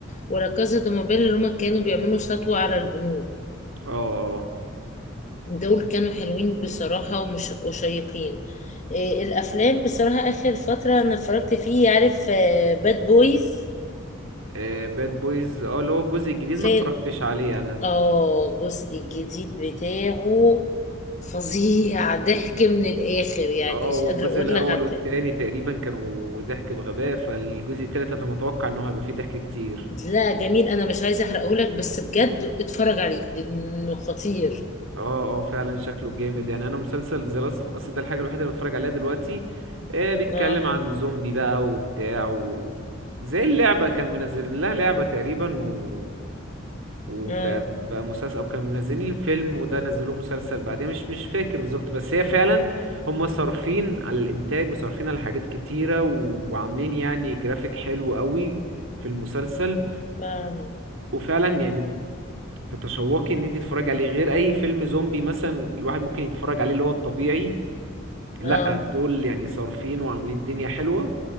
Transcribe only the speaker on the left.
ولا كازا دو مابيل اللي هما كانوا بيعملوا سطوه على البنوك
دول كانوا حلوين بصراحه ومش وشيقين إيه الافلام بصراحه اخر فتره انا اتفرجت فيه عارف باد بويز
فين
اه الجزء الجديد بتاعه فظيع ضحك من الاخر يعني
مش قادره
اقول
لك على الضحك
لا جميل انا مش عايزه احرقهولك بس بجد اتفرج عليه لانه خطير
اه
اه
فاهم
اه